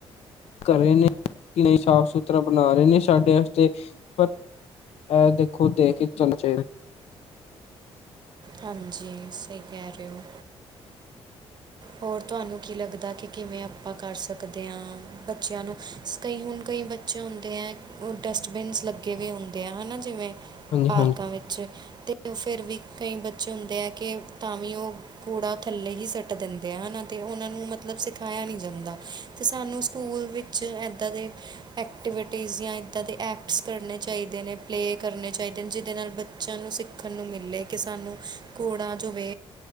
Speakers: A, on the left; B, on the right.
A: ਕਰ ਰਹੇ ਨੇ ਕਿ ਨਹੀਂ ਸਾਫ਼ ਸੁਥਰਾ ਬਣਾ ਰਹੇ ਨੇ ਸਾਡੇ ਵਾਸਤੇ ਪਰ ਅ ਦੇਖੋ ਦੇਖ ਕੇ ਚੱਲ ਚਾਹੀਦਾ
B: ਹਾਂਜੀ ਸਹੀ ਕਹਿ ਰਹੇ ਹੋ ਹੋਰ ਤੁਹਾਨੂੰ ਕੀ ਲੱਗਦਾ ਕਿ ਕਿਵੇਂ ਆਪਾਂ ਕਰ ਸਕਦੇ ਹਾਂ ਬੱਚਿਆਂ ਨੂੰ ਕਈ ਹੁਣ ਕਈ ਬੱਚੇ ਹੁੰਦੇ ਹੈ, ਉਹ ਡਸਟਬਿਨਸ ਲੱਗੇ ਵੀ ਹੁੰਦੇ ਆ, ਹੈ ਨਾ ਜਿਵੇਂ
A: ਹਾਂਜੀ-ਹਾਂਜੀ-ਹਾਂਜੀ-ਹਾਂਜੀ
B: ਪਾਰਕਾਂ ਵਿੱਚ, ਤੇ ਉਹ ਫੇਰ ਵੀ ਕਈ ਬਚੇ ਹੁੰਦੇ ਹੈ, ਕਿ ਤਾਂ ਵੀ ਉਹ ਕੂੜਾ ਥੱਲੇ ਹੀ ਸੁੱਟ ਦਿੰਦੇ ਆ, ਹੈਨਾ ਤੇ ਉਹਨਾਂ ਨੂੰ ਮਤਲਬ ਸਿਖਾਇਆ ਨਹੀਂ ਜਾਂਦਾ ਅਤੇ ਸਾਨੂੰ ਸਕੂਲ ਵਿੱਚ ਇੱਦਾਂ ਦੇ, ਐਕਟੀਵਿਟੀਜ਼ ਜਾਂ ਇੱਦਾਂ ਦੇ ਐਕਟਸ ਕਰਨੇ ਚਾਹੀਦੇ ਨੇ ਪਲੇਅ ਕਰਨੇ ਚਾਹੀਦੇ ਨੇ, ਜਿਹਦੇ ਨਾਲ ਬੱਚਿਆਂ ਨੂੰ ਸਿੱਖਣ ਨੂੰ ਮਿਲੇ ਕਿ ਸਾਨੂੰ ਘੋੜਾ ਜੋਵੇ